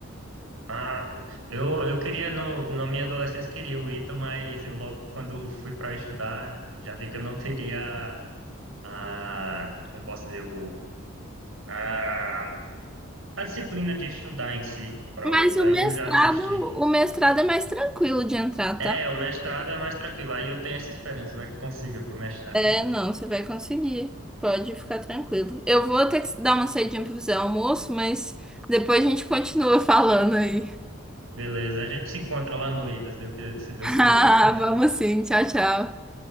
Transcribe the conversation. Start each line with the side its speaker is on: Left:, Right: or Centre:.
Right: Ah, pô. Eu, eu queria, no, na minha adolescência, queria o ITA, mas eu logo, quando fui para estudar, já vi que eu não teria. a, como posso dizer, o, a, a disciplina de estudar em si para
Centre: Mas
Right: o ITA,
Centre: o
Right: aí
Centre: mestrado,
Right: eu já desisti.
Centre: o mestrado é mais tranquilo de entrar,
Right: É,
Centre: tá?
Right: o mestrado é mais tranquilo, aí eu tenho essa esperança, vai que consiga pro mestrado.
Centre: É,
Right: <laughs>
Centre: não, você vai conseguir. Pode ficar tranquilo. Eu vou ter que dar uma saidinha pra fazer almoço, mas depois a gente continua falando aí. <laughs>
Right: Beleza, a gente se encontra lá no ITA, se Deus qui- se Deus
Centre: Ah,
Right: quiser. <laughs>
Centre: vamos sim. Tchau, tchau.